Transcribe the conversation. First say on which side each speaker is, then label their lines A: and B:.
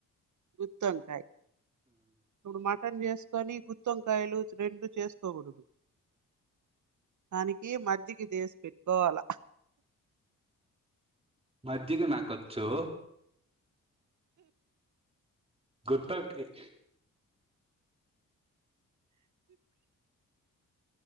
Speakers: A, on the right; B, on the right.
A: గుత్తొంకాయ్ ఇప్పుడు మ టన్ చేసుకొని గుత్తొంకాయలు రెండు చేసుకోకూడదు దానికి మజ్జికి చేసి పెట్టుకోవాల
B: మజ్జిగ నాకొచ్చు గుత్తొంకాయ్